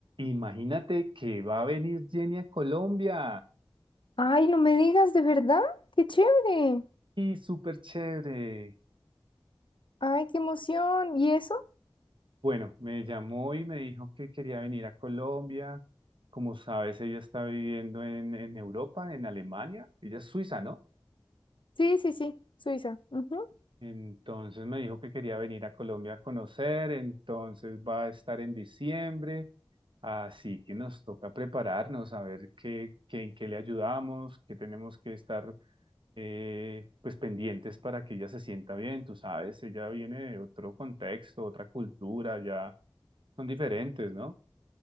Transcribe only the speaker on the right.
Imagínate que va a venir Jenny a Colombia.
Y súper chévere.
Bueno, me llamó y me dijo que quería venir a Colombia. Como sabes, ella está viviendo en, en Europa, en Alemania. Ella es suiza, ¿no?
Entonces me dijo que quería venir a Colombia a conocer, entonces va a estar en diciembre, así que nos toca prepararnos, a ver qué, qué- en qué le ayudamos, qué tenemos que estar eh, pues pendientes para que ella se sienta bien, tú sabes, ella viene de otro contexto, otra cultura, ya son diferentes, ¿no?